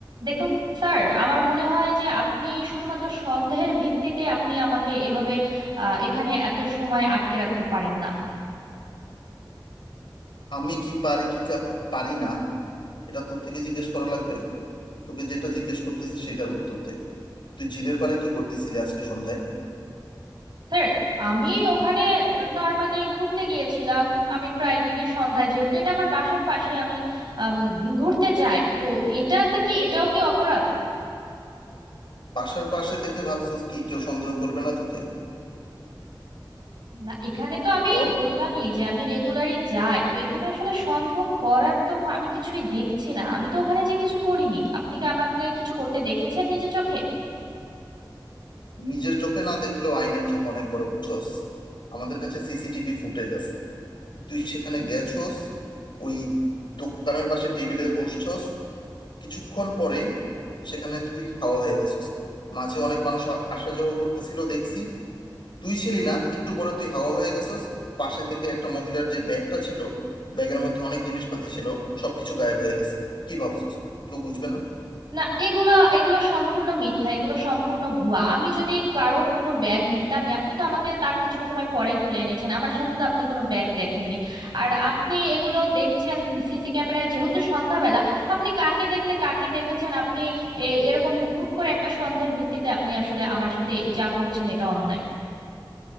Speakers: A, on the right; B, on the left.
A: দেখুন স্যার আমার মনে হয় যে আপনি শুধুমাত্র সন্দেহের ভিত্তিতে আপনি আমাকে এভাবে আহ, এখানে এত সময় আটকে রাখতে পারেন না
B: আমি কি পারি কি কা- পারি না এটা তোর থেকে জিজ্ঞেস করা লাগবে তোকে যেটা জিজ্ঞেস করতেছি সেটার উত্তর দে তুই ঝিলের পাড়ে কি করতেছিলি আজকে সন্ধ্যায়
A: স্যার আমি ওখানে নর্মালি ঘুরতে গিয়েছিলাম আমি প্রায় দিনই সন্ধ্যায় যেহেতু এটা আমার বাসার পাশে আমি আম, ঘুরতে যাই তো এটাতে কি এটাও কি অপরাধ
B: বাসার পাশে দেখে ভাবছস কি কেউ সন্দেহ করবে না তোকে
A: না এখানে তো আমি
B: বল
A: বললামই যে আমি রেগুলারই যাই তো এখানে আসলে সন্দেহ করার তো ম- আমি কিছুই দেখছি না আমি তো ওখানে যে কিছু করিনি আপনি কি আমাকে কিছু করতে দেখেছেন নিজের চোখে
B: নিজের চোখে না দেখলেও আইনের চোখ অনেক বড় বুঝছস আমাদের কাছে সিসিটিভি ফুটেজ আছে তুই সেখানে গেছস ওই দোকানের পাশে টেবিলে বসছস কিছুক্ষণ পরে সেখানে তুই হাওয়া হয়ে গেছস মাঝে অনেক মানুষ আ- আসা যাওয়া করতেছিল দেখছি তুই ছিলি না একটু পরে তুই হাওয়া হয়ে গেছস পাশে থেকে একটা মহিলার যে ব্যাগটা ছিল ব্যাগের মধ্যে অনেক জিনিসপাতি ছিল সবকিছু গায়েব হয়ে গেছে কি ভাবছস কেউ বুঝবে না
A: না এগুলা এগুলা সম্পূর্ণ মিথ্যা এগুলো সম্পূর্ণ ভুয়া আমি যদি কারো কোনো ব্যাগ নিতামই আপনি তো আমাকে তার কিছু সময় পরেই তুলে এনেছেন আমার সাথে তো আপনি কোনো ব্যাগ দেখেননি আর আপনি এগুলো দেখছেন সিসি ক্যামেরায় যেহেতু সন্ধ্যাবেলা আপনি কাকে দেখতে কাকে দেখেছেন আপনি এ- এরকম হুট করে একটা সন্দেহের ভিত্তিতে আপনি আসলে আমার সাথে যা করছেন এটা অন্যায়